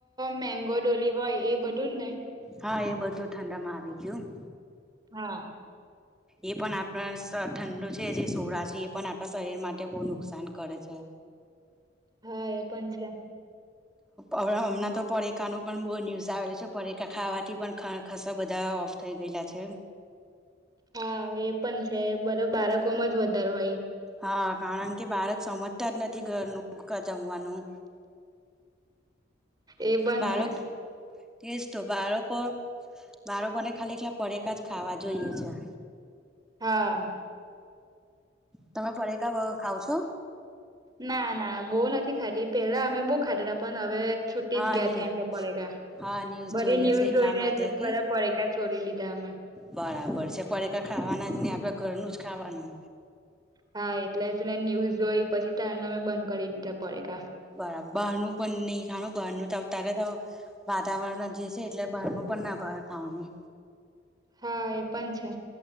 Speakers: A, on the right (about 20°); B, in the centre.
A: મેંગો ડોલી હોય એ બધું જ ને.
B: હા એ બધું ઠંડા માં આવી ગયું.
A: હા.
B: એ પણ આપણા ઠંડુ છે જે સોડા છે એ પણ આપણા શરીર માટે બહુ નુકસાન કરે છે.
A: હા એ પણ છે.
B: હમણાં તો પડેકા ન પણ બહુ ન્યૂઝ આવેલ છે પરેકા ખાવાથી પણ ખાસા બધા થઈ ગયેલા છે.
A: હા એ પણ છે બધો બાળકો માં જ વધારે હોય.
B: હા કારણ કે બાળક સમજતા જ નથી ઘરનું જમવાનું.
A: એ પણ
B: બાળક
A: છે
B: એ જ તો બારકો બાળકોને ખાલી એકલા પડેકા જ ખાવા જોઈએ છે.
A: હા.
B: તમે પડેકા ખાવ છો?
A: ના ના બહુ નથી ખાતી પેલા અમે બહુ ખાતા હતા પણ હવે છૂટી
B: હા
A: જ ગયા
B: ન્યૂ
A: છે એમ તો પડેકા.
B: હા ન્યૂઝ
A: બરી
B: જોઈ
A: ન્યૂઝ
B: હશે એટલા
A: જોઈને
B: માટે કે
A: બધા પડીકા છોડી દીધા અમે.
B: બરાબર છે પડેકા ખાવાના જ નહી આપણા ઘરનું જ ખાવાનું.
A: હા એટલે જ ને ન્યૂઝ જોઈ પછી તારને અમે બંધ કરી દીધા પડેકા.
B: બરાબર બહારનું પણ નહી બહારનું તો અત્યારે તો વાતાવરણ જે છે એટલે બહાર નું પણ ના ભાવે ખાવાનું.
A: હા એ પણ છે.